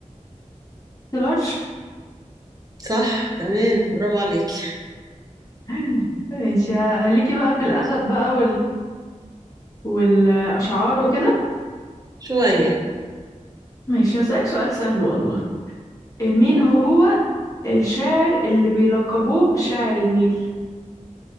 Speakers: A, on the left; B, on the right.
A: لارج
B: صح تمام برافو عليك
A: <laughs> ماشي ه- ليكي بقى في
B: ماشي.
A: الأدب بقى والأشعار وكده
B: شوية
A: ماشي هسألك سؤال سهل والله آه، مين
B: طب
A: هو الشاعر اللي بيلقبوه بشاعر النيل